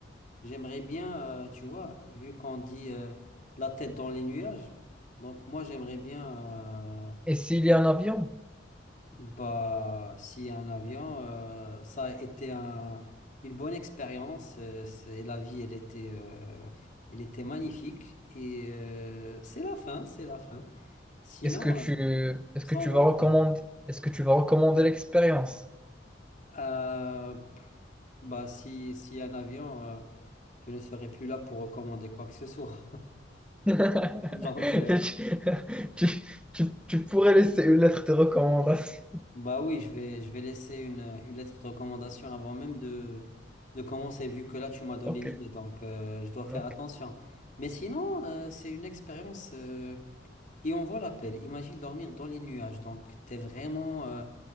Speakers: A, on the left; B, in the centre.
A: J'aimerais bien, euh, tu vois, vu qu'on dit euh, la tête dans les nuages, donc moi j'aimerais bien euh,
B: Et s'il y a un avion?
A: Bah, si un avion, euh, ça a été un- une bonne expérience. euh, c'est la vie, elle était, euh, elle était magnifique. Et euh, c'est la fin, c'est la fin. Sinon,
B: Est-ce que tu,
A: euh,
B: est-ce
A: ça
B: que tu
A: en vaut
B: vas
A: la
B: recommander,
A: peine.
B: est-ce que tu vas recommander l'expérience?
A: Euh, bah, si, si un avion, euh, je ne serai plus là pour recommander quoi que ce soit.
B: <laughs>
A: <laughs> Donc. euh,
B: Tu, tu- tu- tu pourrais laisser une lettre de recommandation.
A: Bah oui, je vais, je vais laisser une, une lettre de recommandation avant même de, de commencer, vu que là, tu m'as donné
B: Ok,
A: l'idée, donc euh, je dois faire
B: donc,
A: attention. Mais sinon, euh, c'est une expérience euh, qui en vaut l'appel. Imagine dormir dans les nuages, donc t'es vraiment, euh,